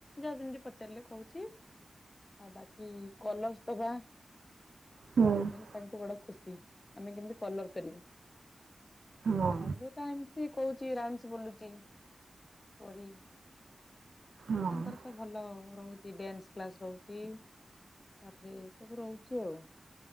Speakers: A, on the left; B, on the right.
A: ଯାହା ଯେମିତି ପଚାରିଲେ କହୁଛି। ଆଉ ବାକି କଲର୍ସ ଦବା
B: ହୁଁ
A: ମାନେ ତାଙ୍କୁ ବଡ ଖୁସି। ଆମେ କେମତି କଲର କରିବୁ,
B: ହଁ
A: ଆଉ ଗୋ ମ୍ୟାମ ସେ କହୁଛି ରାମସ ବୋଲୁଛି, ଓରି
B: ହଁ।
A: ତାଙ୍କର ତ ଭଲ ରହୁଛି, ଡ୍ୟାନ୍ସ କ୍ଲାସ ରହୁ ଛି ତାପରେ ଏ ସବୁ ରହୁଛି ଆଉ।